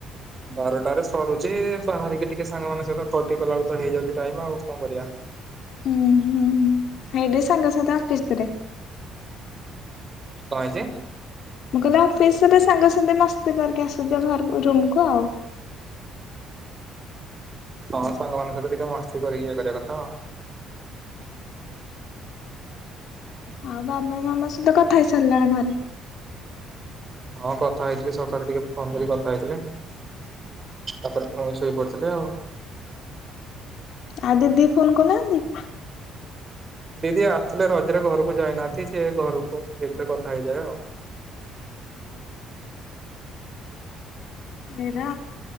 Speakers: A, on the right; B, on the left.
A: ବାରଟାରେରେ ସରୁଛି ବାହାରିକି ଟିକେ ସାଙ୍ଗମାନଙ୍କ ସହିତ ପଟିଗଲା ବେଳକୁ ତ ହେଇଯାଉଛି ଟାଇମ ଆଉ କଣ କରିବା।
B: ହୁଁ ହୁଁ ହେଇଟି ସାଙ୍ଗ ସାଥି ଅଫିରେ
A: କଣ ହେଇଚି।
B: ମୁ କହିଲେ ଅଫିସରେ ସାଙ୍ଗ ସାଙ୍ଗେ ମସ୍ତି କରିକି ଆସୁଛ ଘର ରୁମ କୁ ଆଉ <inaudible>
A: ହଁ ସାଙ୍ଗମାନଙ୍କ ସହିତ ଟିକେ ମସ୍ତି କରିକି ଇଏ କରିବା କଥା
B: ଆଉ ବାବା ମାମା ସହିତ କଥା ହେଇ ସାରିଲାଣି ଘରେ।
A: ହଁ କଥା ହେଇଥିଲି ସକାଳେ ଟିକେ ଫୋନ କରି କଥା ହେଇଥିଲେ। <inaudible> ତାପରେ ପୁଣି ଶୋଇପଡିଥିଲେ ଆଉ।
B: ଆ ଦିଦି ଫୋନ କରିନାହାନ୍ତି। <inaudible>
A: ଦିଦି ଆସିଥିଲେ ରଜରେ ଘରକୁ ଯାଇନାହାନ୍ତି ସେ ଘରକୁ ଏଥିରେ କଥା ହେଇଯାଏ ଆଉ।
B: <unintelligible>